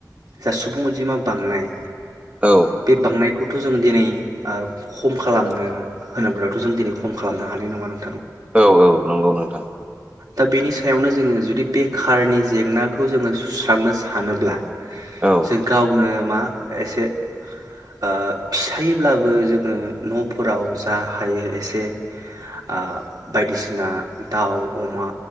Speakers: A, on the right; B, on the right.
A: जा सुबुं अनजिमा बांनाय
B: औ
A: बे बांनाय बेखौथ' जों दिनै आ खम खालामनो होनोब्लाथ' जों दिनै खम खालामनो हानाय नङा नों
B: औ औ नंगौ नोंथां।
A: दा बेनि सा यावनो जोङो जुदि बेखारनि जेंनाखौ जोङो सुस्रांनो सानोब्ला
B: औ
A: जों गावनो मा? एसे ओ फिसायैब्लाबो जोङो न'फोराव जा हायो एसे आ बायदिसिना दाउ, अमा